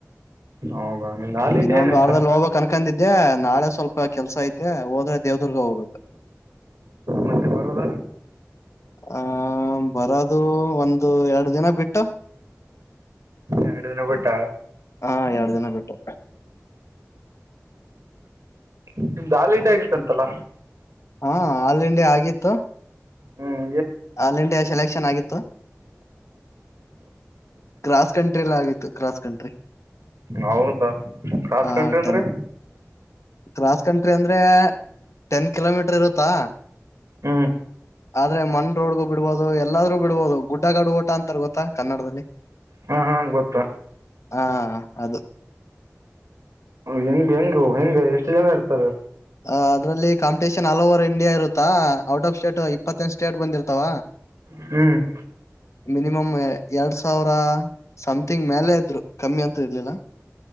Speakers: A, on the right; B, on the left.
A: ಹೌದಾ ನಿಂದ ಆಲ್ ಇಂಡಿಯಾ
B: ಇನ್ನೊಂದ್
A: ಏನಾಯ್ತು
B: ವಾರದಲ್ಲಿ ಹೋಗ್ಬೇಕಕ್ ಅನ್ಕಂದಿದ್ದೆಾಳೆ ಸ್ವಲ್ಪ ಕೆಲ್ಸ ಐತೆ ಹೋದ್ರೆ ದೇವದುರ್ಗ ಹೋಗ್ಬೇಕು
A: ಮತ್ತೆ ಬರೋದ
B: ಆ ಬರದು ಒಂದು ಎರಡು ದಿನ ಬಿಟ್ಟು
A: ಎರಡು ದಿನ ಬಿಟ್ಟ
B: ಹಾ ಎರಡು ದಿನ ಬಿಟ್ಟು
A: ನಿಮ್ದು ಹಾಲ ಇಂಡೆ ಆಗಿತ್ತಂತಲ್ಲ
B: ಹಾ ಆಲ್ ಇಂಡಿಯ ಆಗಿತ್ತು
A: ಹ್ಮ
B: ಆಲ್ ಇಂಡಿಯಾ ಸೆಲೆಕ್ಷನ್ ಆಗಿತ್ತು ಕ್ರಾಸ್ ಕಂಟ್ರಿಲ ಆಗಿತ್ತು ಕ್ರಾಸ್ ಕಂಟ್ರಿ
A: ಹೌದಾ ಕಾಸ
B: ಹಾ
A: ಕಂಟ್ರಿ ಅಂದ್ರೀ
B: ಟೆನ್ ಕ್ರಾಸ್ ಕಂಟ್ರಿ ಅಂದ್ರೆ ಟೆನ್ ಕಿಲೋಮೀಟರ್ ಇರುತ್ತಾ
A: ಹ್ಮ್
B: ಆದ್ರೆ ಮನ್ ರೋಡ್ಗ ಬಿಡ್ಬಹುದು ಎಲ್ಲಾದ್ೂ ಬಿಡ್ಬಹುದು ಗುಡ್ಡಗಾಡು ಓಟ ಅಂತಾರ ಗೊತ್ತಾ ಕನ್ನಡದಲ್ಲಿ
A: ಹಾ ಹಾ ಗೊತ್ತಾ
B: ಹಾ ಅದು
A: ಹೆಂಗ್ ಹೆಂಗ ಹೆಂಗ ಎಷ್ಟು ಜನ ಇರ್ತಾರೆ
B: ಅ ಅದ್ರಲ್ಲಿ ಕಂಿಟೇಷನ್ ಆಲ್ ಓವರ್ ಇಂಡಿಯಾ ಇರುತ್ತಾ ಔಟ್ ಆಫ್ ಸ್ಟೇಟ್ ಇಪ್ಪತ್ತ ಸ್ಟೇಟ್ ಬಂದಿರ್ತಾವ
A: ಹ್ಮ್
B: ಮಿನಿಮಮ್ ಎರಡ್ ಸಾವಿರ ಸಮಥಿಂಗ್ ಮೇಲೆ ಇದ್ರು ಕಮ್ಮಿ ಅಂತ ಇರ್ಲಿಲ್ಲ